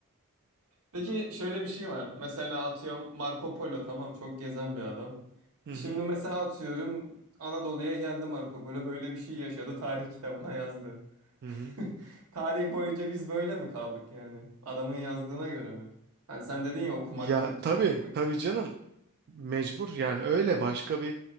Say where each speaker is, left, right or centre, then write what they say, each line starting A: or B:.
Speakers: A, on the right; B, on the right.
A: Peki şöyle bir şey var. Mesela atıyorum Marco Polo tamam çok gezen bir adam.
B: Hı hı,
A: Şimdi mesela atıyorum Anadolu'ya geldi Marco Polo böyle bir şey yaşadı tarih kitabına yazdı.
B: hı
A: <laughs>
B: hı.
A: Tarih boyunca biz böyle mi kaldık yani? Adamın yazdığına göre mi? Hani sen dedin ya okumak
B: Ya
A: kültürü
B: tabii
A: anlamak
B: tabii
A: için.
B: canım mecbur yani öyle başka bir